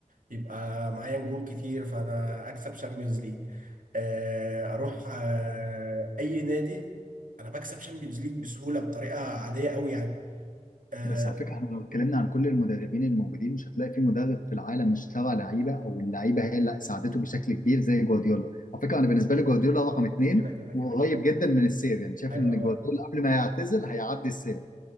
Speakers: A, on the right; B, on the left.
A: يبقى معايا نجوم كتير فانا اكسب شامبيونز ليج آه، اروح آه، اي نادي انا بكسب شامبيونز ليج بسهوله بطريقه عاديه قوي يعني آه،
B: بس على فكره احنا لو اتكلمنا عن كل المدربين الموجودين مش هتلاقي في مدرب في العالم اشترى لعيبه او اللعيبه هي اللي ساعدته بشكل كبير زي جوارديولا على فكره انا بالنسبه لي جوارديولا رقم اثنين
A: كده كده كده
B: وقريب
A: كده
B: جدا من السير يعني شايف
A: ايوه
B: ان جوارديولا قبل ما يعتزل هيعدي السير